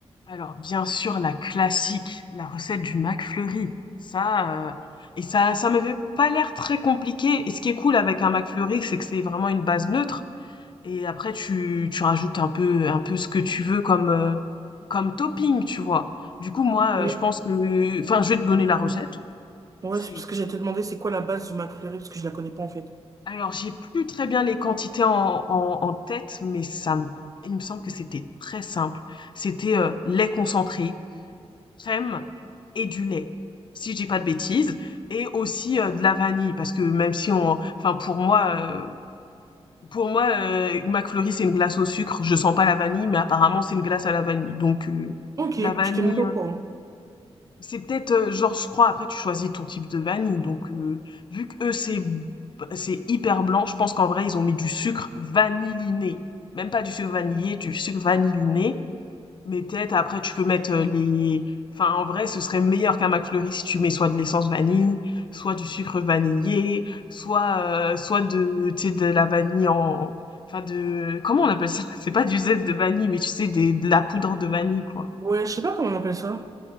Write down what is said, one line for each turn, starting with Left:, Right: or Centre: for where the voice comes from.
Left: Alors, bien sûr, la classique, la recette du McFlurry. Ça, heu et ça ça m'avait pas l'air très compliqué et ce qui est cool avec un McFlurry, c'est que c'est vraiment une base neutre. Et après tu tu rajoutes un peu un peu ce que tu veux comme, heu, comme topping, tu vois? Du coup, moi,
Right: Mais
Left: heu, je pense que enfin, je vais te donner la recette.
Right: ouais,
Left: C'est
Right: c'est parce que j'allais te demander c'est quoi la base du McFlurry parce que je la connais pas en fait.
Left: alors j'ai plus très bien les quantités en en en tête, mais ça me il me semble que c'était très simple. C'était, heu, lait concentré, crème et du lait, si je dis pas de bêtises et aussi, heu, de la vanille parce que même si on enfin pour moi, euh, Pour moi, euh, McFlurry, c'est une glace au sucre. Je sens pas la vanille, mais apparemment, c'est une glace à la vanille. Donc, euh,
Right: Ok,
Left: de la vanille,
Right: je t'ai mis pas
Left: euh,
Right: au courant.
Left: c'est peut-être, euh, genre, je crois, après, tu choisis ton type de vanille. Donc, euh, vu que eux, c'est, c'est hyper blanc, je pense qu'en vrai, ils ont mis du sucre vanilliné. Même pas du sucre vanillé, du sucre vanilliné. Mais peut-être après tu peux mettre, heu, les enfin en vrai ce serait meilleur qu'un McFlurry si tu mets soit de l'essence vanille, soit du sucre vanillé, soit, heu, soit de tu sais de la vanille en enfin de comment on appelle ça? <laughs> C'est pas du zeste de vanille, mais tu sais des de la poudre de vanille quoi.
Right: Ouais, je sais pas comment on appelle ça.